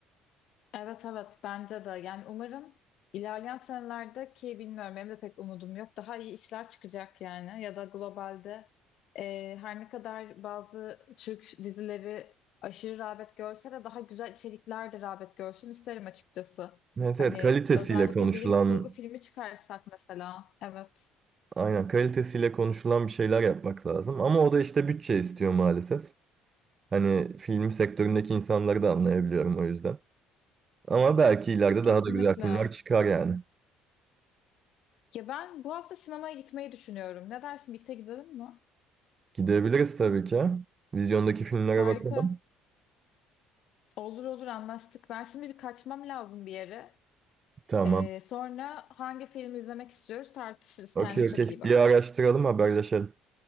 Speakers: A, on the left (about 65°); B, on the right (about 35°).
A: Evet evet bence de. Yani umarım ilerleyen senelerde ki bilmiyorum benim de pek umudum yok. Daha iyi işler çıkacak yani ya da globalde e, her ne kadar bazı Türk dizileri aşırı rağbet görse de daha güzel içerikler de rağbet görsün isterim açıkçası.
B: Evet
A: Hani
B: evet kalitesiyle
A: özellikle
B: konuşulan
A: bilim kurgu filmi çıkarsak mesela. Evet
B: Aynen kalitesiyle konuşulan bir şeyler yapmak lazım. Ama o da işte bütçe istiyor maalesef. Hani film sektöründeki insanları da anlayabiliyorum o yüzden. Ama belki ileride
A: kesinlikle.
B: daha da güzel filmler çıkar yani.
A: Ya ben bu hafta sinemaya gitmeyi düşünüyorum. Ne dersin birlikte gidelim mi?
B: Gidebiliriz tabii ki. Vizyondaki filmlere
A: Harika.
B: bakalım.
A: Olur olur anlaştık. Ben şimdi bir kaçmam lazım bir yere.
B: Tamam.
A: Ee, sonra hangi filmi izlemek istiyoruz tartışırız.
B: Okey
A: Kendine çok
B: okey.
A: iyi bak.
B: Bir araştıralım haberleşelim.